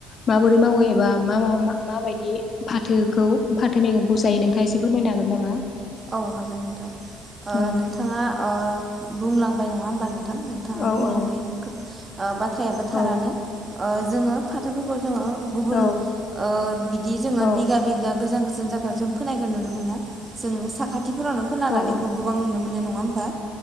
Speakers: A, on the left; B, on the right.
A: माबोरै मावो एबा मा मा माबायदि फाथोखौ फाथो मैगंखौ जायो नोंथा ङा एसे फोरमायनो हागोन नामा?
B: औ हागोन नोंथां। ओ
A: औ
B: नोंथाङा ओ बुंलांबाय नङा होमबा नोंथां? थाङा
A: औ
B: बुंलांनाय
A: औ
B: खो बाथ्रायाबो थारानो।
A: औ
B: ओ जोङो फाथोफोरखौ जोङो गुबुन
A: औ
B: ओ बिदि जोङो
A: औ
B: बिघा बिघा गोजान गोजान जा व जों फोनायखौ नुनो मोना। जों साखाथिफोरावनो फोना लानायखौ
A: औ
B: गोबां नुनो मोनो। नङा होमबा?